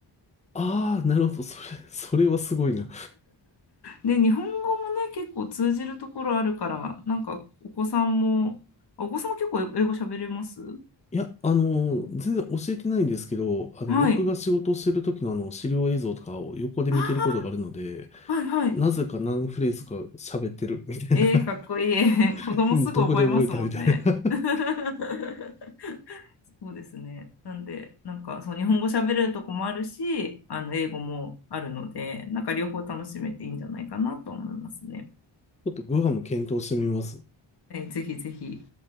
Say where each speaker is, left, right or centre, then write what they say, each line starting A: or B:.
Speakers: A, on the left; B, on the left.
A: ああ、なるほど。それ、それはすごいな。
B: で、日本語もね、結構通じるところあるから、なんか、お子さんも、あお子さんも結構英語喋れます
A: いや、あの、全然教えてないんですけど、あの、
B: はい。
A: 僕が仕事をしてる時のあの、資料映像とかを横で見てることがあるので、
B: あ、はいはい。
A: なぜか何フレーズか喋ってるみたいな。
B: えー、かっこいい。<laughs> 子供すぐ覚えますもんね。
A: <laughs> どこで覚えたみたいな。<laughs> ち
B: <laughs> そうですね。なんで、なんか、そう、日本語喋れるとこもあるし、あの、英語もあるので、なんか両方楽しめていいんじゃないかなと思いますね。
A: ょっとグアム検討してみます。
B: はい、ぜひぜひ。